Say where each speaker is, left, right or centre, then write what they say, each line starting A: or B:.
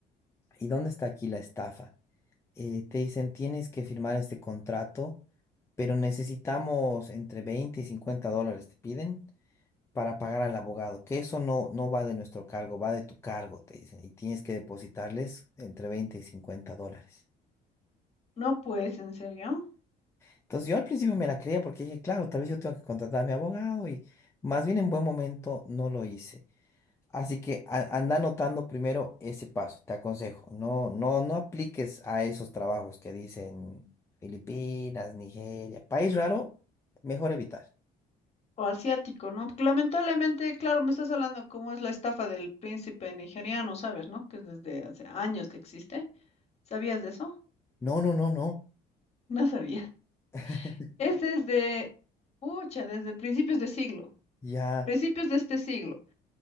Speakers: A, on the left; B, on the left.
A: ¿Y dónde está aquí la estafa? eh, te dicen tienes que firmar este contrato, pero necesitamos entre 20 y 50 dólares, te piden, para pagar al abogado, que eso no, no va de nuestro cargo, va de tu cargo, te dicen, y tienes que depositarles entre 20 y 50 dólares.
B: No, pues, ¿en serio?
A: Entonces yo al principio me la creía porque dije, claro, tal vez yo tengo que contratar a mi abogado y más bien en buen momento no lo hice. Así que a- anda anotando primero ese paso, te aconsejo. No, no, no apliques a esos trabajos que dicen Filipinas, Nigeria, país raro, mejor evitar.
B: O asiático, ¿no? Porque Lamentablemente, claro, me estás hablando cómo es la estafa del príncipe nigeriano, ¿sabes, no? Que es desde hace años que existe. ¿Sabías de eso? <laughs>
A: No, no, no, no.
B: No sabía.
A: <laughs>
B: Es desde, pucha, desde principios de siglo,
A: Ya,
B: principios de este siglo.